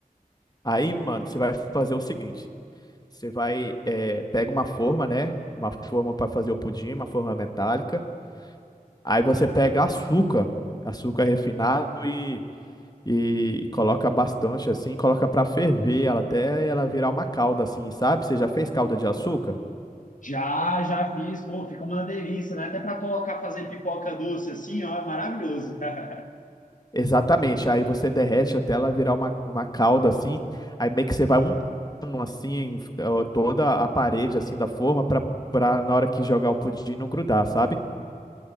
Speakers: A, on the left; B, on the left.
A: Aí, mano, você vai fazer o seguinte, você vai, eh, pega uma forma, né? Uma forma para fazer o pudim, uma forma metálica. Aí você pega açúcar, açúcar refinado e, e coloca bastante assim, coloca pra ferver ela até ela virar uma calda assim, sabe? Você já fez calda de açúcar?
B: Já, já fiz, pô, fica uma delícia, né? Até para colocar, fazer pipoca doce assim, ó, é maravilhoso. <laughs>
A: Exatamente. Aí você derrete até ela virar uma, uma calda assim. Aí meio que você vai untando assim em- eh, toda a parede assim da forma pra para na hora que jogar o pudim não grudar, sabe?